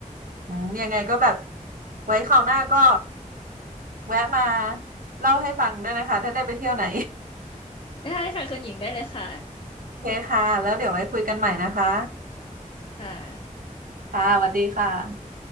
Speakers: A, on the right; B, on the left.
A: อืมยังไงก็แบบไว้คราวหน้าก็แวะมาเล่าให้ฟังด้วยนะคะถ้าได้ไปเที่ยวไหน
B: ได้ค่ะคุณหญิงได้เลยค่ะ
A: <laughs> โอเคค่ะแล้วเดี๋ยวไว้คุยกันใหม่นะคะ
B: ค่ะ
A: ค่ะสวัสดีค่ะ